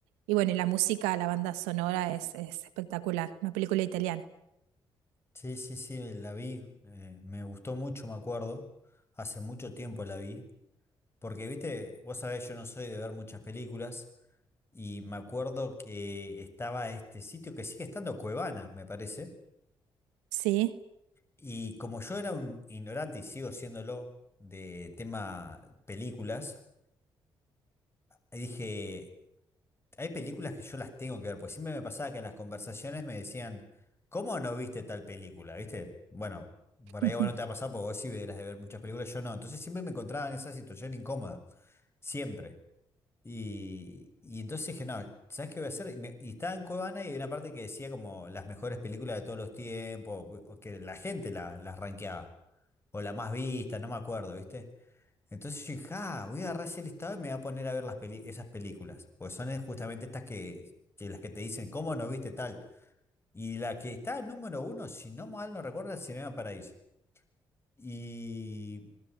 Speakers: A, on the right; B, on the left.
A: Y bueno, y la música, la banda sonora es, es espectacular, una película italiana.
B: Sí, sí, sí, la vi, eh, me gustó mucho, me acuerdo, hace mucho tiempo la vi, porque viste, vos sabés, yo no soy de ver muchas películas y me acuerdo que estaba este sitio que sigue estando Cuevana, me parece,
A: Sí,
B: y como yo era un ignorante y sigo siéndolo de tema películas, dije, Hay películas que yo las tengo que ver, porque siempre me pasaba que en las conversaciones me decían, ¿cómo no viste tal película? ¿Viste? Bueno,
A: <laughs>
B: por ahí a vos no te ha pasado porque vos sí eras de ver muchas películas, yo no. Entonces siempre me encontraba en esa situación incómoda, siempre. Y, y entonces dije, no, ¿sabes qué voy a hacer? Y, me- y estaba en Cuevana y hay una parte que decía como las mejores películas de todos los tiempos, o que la gente la- las rankeaba, o la más vista, no me acuerdo, ¿viste? Entonces yo dije, ah, voy a agarrar ese listado y me voy a poner a ver las peli- esas películas. Pues son eh, justamente estas que, que las que te dicen, ¿cómo no viste tal? Y la que está en número uno, si no mal no recuerdo, es Cinema Paraíso. Y